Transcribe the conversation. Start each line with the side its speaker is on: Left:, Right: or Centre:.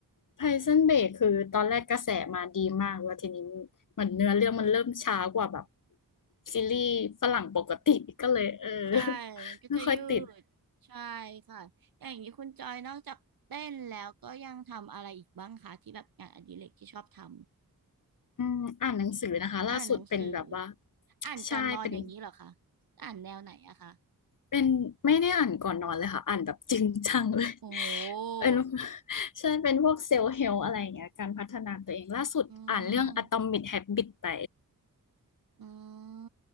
Left: ไพซันเบกคือตอนแรกกระแสมาดีมากแล้วทีนี้เหมือนเนื้อเรื่องมันเริ่มช้ากว่าแบบซีรีส์ฝรั่งปกติก็เลยเออ <laughs>
Right: ใช่มันก็จะยืดใช่ค่ะอย่างนี้คุณจอยนอกจากเต้นแล้วก็ยังทำอะไรอีกบ้างคะที่แบบงานอดิเรกที่ชอบทำ
Left: ไม่ค่อยติดอืมอ่านหนังสือนะคะล่าสุดเป็นแบบว่า
Right: อ่านหนังสืออ่านก่อนนอนอย่างนี้เหรอคะ
Left: ใช่เป็น
Right: อ่านแนวไหนอะคะ
Left: เป็นไม่ได้อ่านก่อนนอนเลยค่ะอ่านแบบจริงจังเลย <laughs>
Right: โอ้โห
Left: เป็นใช่เป็นพวกเซลล์เฮลอะไรอย่างเงี้ยการพัฒนาตัวเองล่าสุดอ่านเรื่อง
Right: อืม
Left: Atomic Habits ไป
Right: อื